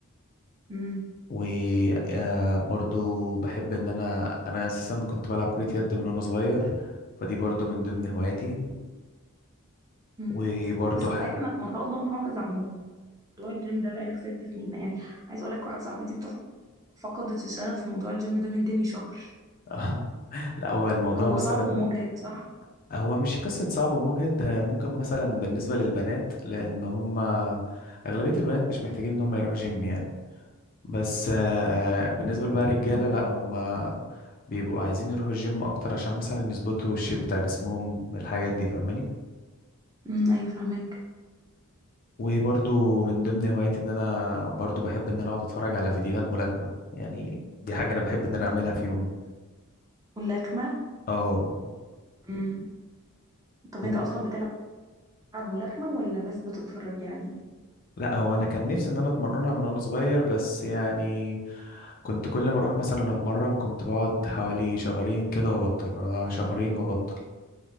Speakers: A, on the right; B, on the left.
A: مم.
B: وبرضو بحب ان انا انا اساسا كنت بلعب كرة يد من وانا صغير فدي برضو من ضمن هواياتي
A: مم.
B: وبرضو
A: بس كويس
B: ح...
A: انك ما شاء الله محافظ على موضوع الجيم ده بقالك ست سنين يعني عايز اقول لك واحده صاحبتي بتف- فقدت الشغف في موضوع الجيم ده من تاني شهر
B: <laughs> لا هو الموضوع
A: هو
B: مثلا
A: صعب ومجهد صح
B: هو مش قصة صعب ومجهد ده ممكن مثلا بالنسبة للبنات لان هم اغلبية البنات مش محتاجين ان هم يروحوا جيم يعني بس آه، بالنسبة بقى للرجالة
A: امم
B: لا هم بيبقوا عايزين يروحوا الجيم اكتر عشان مثلا يظبطوا الشيب بتاع جسمهم الحاجات دي فاهماني
A: امم ايوه فهمك
B: وبرضو من ضمن هواياتي ان انا برضو بحب ان انا اقعد اتفرج على فيديوهات ملاكمة يعني دي حاجة انا بحب ان انا اعملها في يومي
A: واللكمه
B: اه
A: امم طب
B: و-
A: انت اصلا بتلعب ملاكمه ولا بس بتتفرج يعني
B: لا هو انا كان نفسي ان انا اتمرنها من وانا صغير بس يعني كنت كل ما اروح مثلا اتمرن كنت بقعد حوالي شهرين كده وابطل آه، شهرين وابطل